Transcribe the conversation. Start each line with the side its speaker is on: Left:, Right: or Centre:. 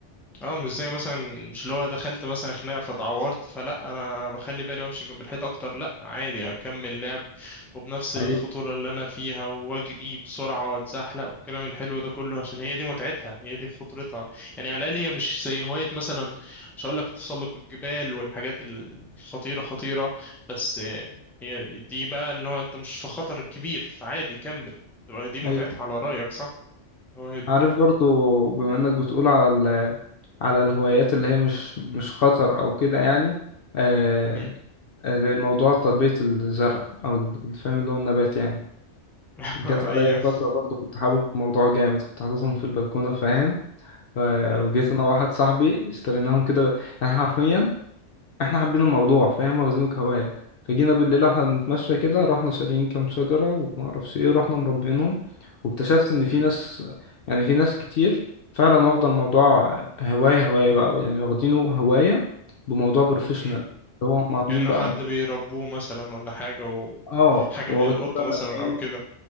Centre: اه مش زي مثلا مش اللي هو دخلت مثلا خناقه فتعورت فلا انا بخلي بالي وامشي جنب الحيط اكتر لا عادي اكمل لعب وبنفس الخطوره
Left: اي
Centre: اللي انا فيها واجري بسرعه واتزحلق والكلام الحلو ده كله عشان هي دي متعتها هي دي خطرتها يعني على الاقل هي مش زي هوايه مثلا مش هقول لك تسلق الجبال والحاجات الخطيره خطيره بس آه، هي دي بقى اللي هو انت مش في خطر كبير فعادي كمل تبقى دي متعتها
Left: اي
Centre: على رايك صح هو هي دي
Left: عارف برضو بما انك بتقول على ال على الهوايات اللي هي مش مش خطر او كده يعني آه
Centre: امم
Left: آه، موضوع تربيه الزرع او ال- فاهم اللي هو النبات يعني
Centre: <laughs>
Left: جت عليا
Centre: ايوه
Left: فترة برضه كنت حابب الموضوع جامد كنت حاططهم في البلكونة فاهم ف-
Centre: امم
Left: وجيت أنا وواحد صاحبي اشتريناهم كده ب... يعني حرفيا احنا حابين الموضوع فاهم واخدينه كهواية فجينا بالليل واحنا بنتمشى كده رحنا شاريين كام شجرة ومعرفش ايه ورحنا مربينهم واكتشفت إن
Centre: اه
Left: في ناس يعني في ناس كتير فعلا واخدة الموضوع هواية هواية بقى يعني واخدينه هواية
Centre: مم.
Left: بموضوع بروفيشنال
Centre: مم.
Left: اللي هو هم عاملين
Centre: كأنه
Left: بقى
Centre: حد
Left: مكان
Centre: بيربوه مثلا ولا حاجة وحاجة
Left: اه واخدين
Centre: بي... قطة
Left: بقى
Centre: مثلا
Left: مكان
Centre: أو كده